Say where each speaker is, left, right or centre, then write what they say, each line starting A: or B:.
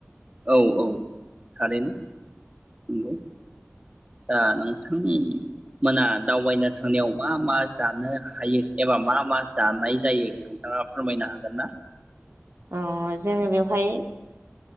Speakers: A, on the right; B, on the right.
A: औ औ थारैनो नंगौ दा नोंथां मोना दावबायनो थांनायाव मा मा जानो हायो एबा मा मा जानाय जायो नोंथाङा फोरमायनो हागोन ना?
B: अ जोङो बेवहाय